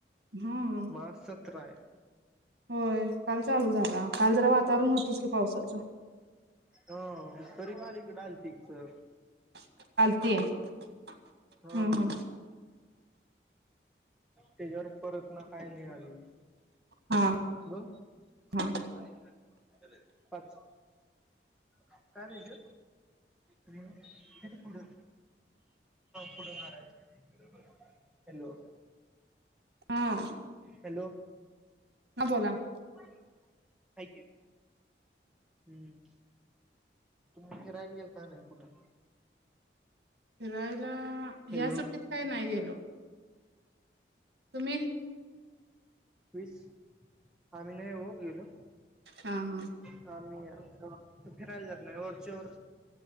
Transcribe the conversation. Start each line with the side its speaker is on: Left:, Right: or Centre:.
Right: हा
Centre: मग आज सतरा आहे.
Right: होय, काल चालू झाला, काल जरा वातावरण होतच की पावसाचं.
Centre: हो तरी काल इकडे आलती सर.
Right: चालतीय हम्म
Centre: हा
Right: हम्म.
Centre: त्याच्यावर परत ना काय नाही आली.
Right: हा
Centre: दोन,
Right: हा
Centre: पाच. काय पाहिजे. घे की पुढे पुढे <unintelligible> हॅलो.
Right: हा
Centre: हॅलो.
Right: हा बोला.
Centre: हाय की हम्म. तुम्ही फिरायला गेल का नाही कुठं?
Right: फिरायला ह्या
Centre: हॅलो
Right: सुट्टीत काय नाही गेलो. तुम्ही?
Centre: विस आम्ही नाही ओ गेलो
Right: हा हा.
Centre: <unintelligible> फिरायला जात नाही वरचे वर